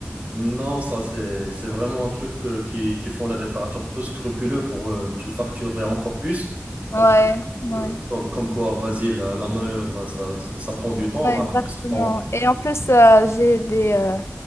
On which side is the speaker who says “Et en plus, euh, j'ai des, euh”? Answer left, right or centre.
Left